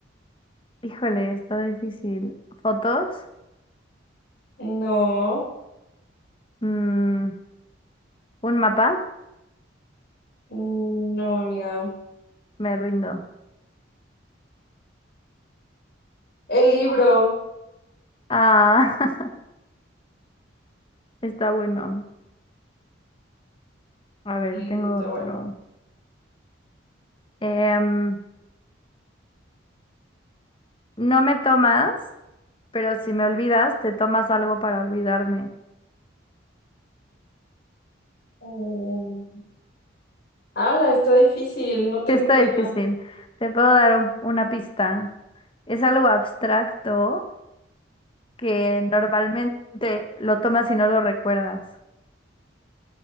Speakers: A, on the left (about 25°); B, on the left (about 50°).
A: Híjole, está difícil. ¿Fotos?
B: No,
A: Mm, ¿un mapa?
B: mm, no, amiga.
A: Me rindo.
B: El libro.
A: Ah, <laughs> está bueno. A ver,
B: Sí,
A: tengo
B: sí, está
A: otro.
B: bueno.
A: Em, no me tomas, pero si me olvidas, te tomas algo para olvidarme. <laughs>
B: Mm. Ala, está difícil, no tengo
A: Sí, está
B: idea.
A: difícil. Te puedo dar un- una pista. Es algo abstracto que normalmente lo tomas y no lo recuerdas.